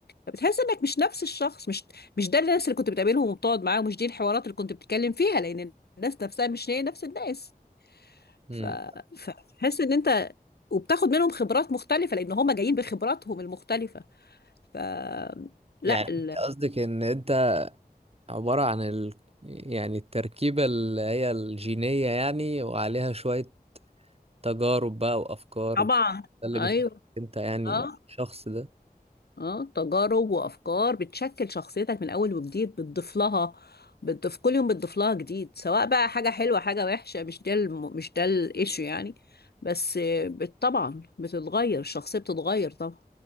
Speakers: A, on the left; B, on the right.
A: فبتحس انك مش نفس الشخص مش مش ده الناس اللي كنت بتقابلهم وبتقعد معاهم مش دي الحوارات اللي كنت بتتكلم فيها لان الناس نفسها مش هي نفس الناس
B: مم.
A: ف... فتحس ان انت وبتاخد منهم خبرات مختلفة لان هم جايين بخبراتهم المختلفة ف لا
B: يعني
A: ال...
B: قصدك ان انت عبارة عن ال... يعني التركيبة اللي هي الجينية يعني وعليها شوية تجارب بقى وافكار
A: طبعا
B: و- ده اللي
A: ايوه
B: بيخليك انت يعني
A: اه
B: شخص ده
A: اه تجارب وافكار بتشكل شخصيتك من اول وجديد بتضيف لها بتضيف كل يوم بتضيف لها جديد سواء بقى حاجة حلوة حاجة وحشة مش ده الم... مش ده الايشو يعني بس آه، بت... طبعا بتتغير الشخصية بتتغير طبعا